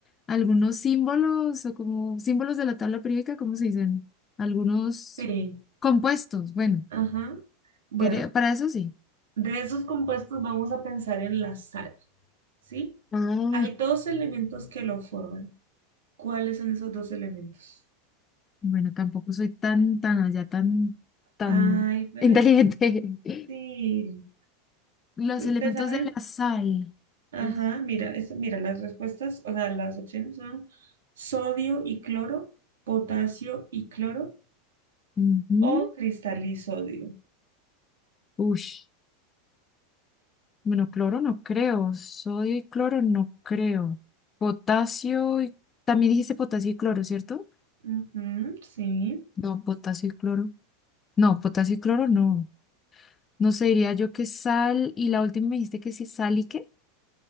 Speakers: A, on the left (about 25°); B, on the right (about 65°).
A: Algunos símbolos o como símbolos de la tabla periódica, ¿cómo se dicen? Algunos
B: Sí.
A: compuestos. Bueno,
B: Ajá. Bueno,
A: creo- para eso sí.
B: de esos compuestos vamos a pensar en la sal, ¿sí?
A: Ah,
B: Hay dos elementos que lo forman. ¿Cuáles son esos dos elementos?
A: Bueno, tampoco soy tan, tan allá, tan, tan
B: Ay, pero
A: inteligente.
B: es
A: <laughs>
B: fácil.
A: Los elementos
B: ¿Te sabes?
A: de la sal.
B: Ajá,
A: uf,
B: mira, es- mira, las respuestas, o sea, las opciones son sodio y cloro, potasio y cloro
A: Ujú.
B: o cristalisodio.
A: Ush. Bueno, cloro no creo, sodio y cloro no creo. Potasio y... También dijiste potasio y cloro, ¿cierto?
B: Ujú, sí.
A: No, potasio y cloro. No, potasio y cloro no. No sé, diría yo que sal y la última me dijiste que sí, sal y qué.